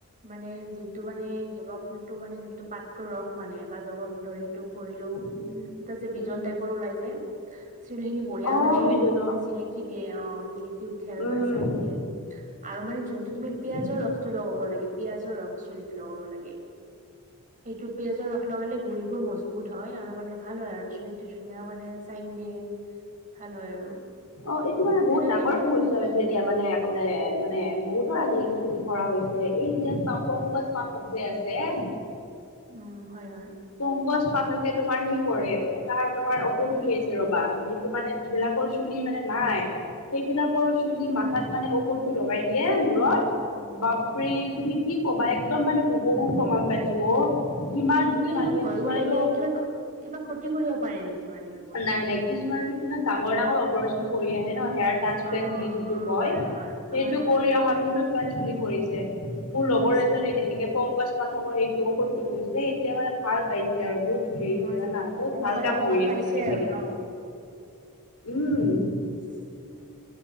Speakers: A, on the right (about 35°); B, on the left (about 80°).
A: মানে যিটো মানে জবা ফুলটো মানে যিটো পাতটোৰ ৰস মানে জবা ফুলৰ হেৰিতো ঘহিলোঁ
B: উম,
A: এটা যে বিজল
B: উম,
A: টাইপৰ ওলাই যে চুলি খিনি বঢ়িয়া
B: অ',
A: মানে
B: বিজলুৱা
A: জিলিকি দিয়ে অ জিলিকি উঠে আৰু
B: উম।
A: মানে চাইন দিয়ে উ <unintelligible> আৰু মানে
B: উম,
A: যোনটো তুমি পিয়াজৰ ৰসটো লগাব লাগে পিয়াজৰ ৰস চুলিত লগাব লাগে সেইটো পিয়জৰ ৰস লগালে গুৰি বোৰ মজবুত হয় আৰু মানে ভাল হয় আৰু ছালটো ধুনীয়া মানে চাইন দিয়ে ভাল হয় আৰু।
B: অঁ এইটো মানে
A: তেনে
B: বহুত ডাঙৰ সমস্যা। নিশ্চয় হৈছে এতিয়া মানে একেবাৰে মানে বহুতো আজিকালি শ্বুটিং কৰা হৈছে এই যে- পংকজ পাঠক যে আছে।
A: উম হয় হয়।
B: পংকজ পাঠকে তোমাৰ সেই কৰে এটা তোমাৰ ঔষধ উলিয়াইছে ৰবা সেইটো মানে- যিবিলাকৰ চুলি মানে নাই সেইবিলাকৰ চুলি মাথাত মানে ওপৰতটো লগাই দিয়ে মূৰত
A: অ
B: বাপৰে
A: সেই
B: তুমি কি কবা একদম মানে হুবহু প্ৰমাণ পাইছো অ, কিমান
A: মোৰ
B: কি
A: মানে এইবোৰ
B: মানুহে
A: ভয়ো
B: কিছুমানেতো
A: লাগে, কিবা কিবা ক্ষতি কৰিব পাৰে নেকি? মানে সেইবোৰ
B: নাই নাই,
A: ঔষধ
B: কিছুমান
A: লগাই
B: কিমান ডাঙৰ ডাঙৰ অপাৰচন কৰি আহে ন হেয়াৰ ট্ৰাঞ্চপ্লেন্ত
A: অ
B: বুলি যিটো
A: অ
B: কয়,
A: হয় হয়
B: সেইটো
A: হয় হয়
B: কৰি অহাৰ পিছতটো কিমান চুলি সৰিছে। মোৰ লগৰ
A: কৰিছে
B: এজনী তেনেকে পংকজ পাঠকৰ এইটো ঔষধটো লৈছে, এতিয়া মানে ভাল পাইছে আৰু বহুত। চুলি আহিছে
A: হয়
B: জানা
A: নেকি
B: বহুত
A: অ
B: ভাল
A: মানে
B: কাম
A: প্ৰমাণ
B: কৰি আছে
A: পাইছে
B: তেখেতে
A: আৰু
B: কিন্তু,
A: ন
B: উম।
A: <unintelligible>